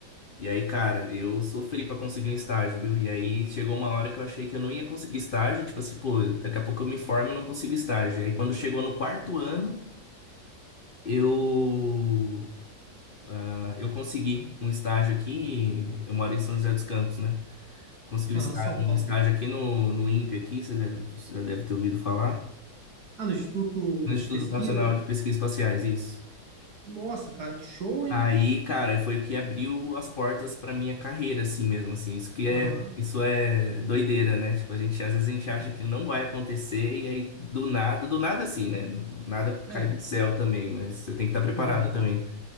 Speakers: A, on the left (about 50°); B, on the right (about 60°).
A: E aí, cara, eu sofri pra conseguir um estágio, viu? E aí chegou uma hora que eu achei que eu não ia conseguir estágio, tipo assim, pô, daqui a pouco eu me formo e não consigo estágio. E aí quando chegou no quarto ano,
B: Ah,
A: eu ah, eu consegui um estágio aqui, eu moro em São José dos Campos, né? Consegui
B: Aham,
A: um estágio,
B: São Paulo.
A: um estágio aqui no, no INPE aqui, você deve- você já deve ter ouvido falar.
B: Ah, no Instituto
A: no Instituto
B: de Pesquisa,
A: Nacional de Pesquisas Espaciais, isso.
B: Nossa, cara, que show, hein?
A: Aí, cara, foi o que abriu as portas pra minha carreira, assim mesmo, assim. Isso que é,
B: Aham,
A: isso é doideira, né? Tipo, a gente, às vezes a gente acha
B: uhum.
A: que não vai acontecer e aí do nada, do nada assim, né? Nada cai
B: É.
A: do céu também, mas você tem que estar preparado
B: Uhum,
A: também.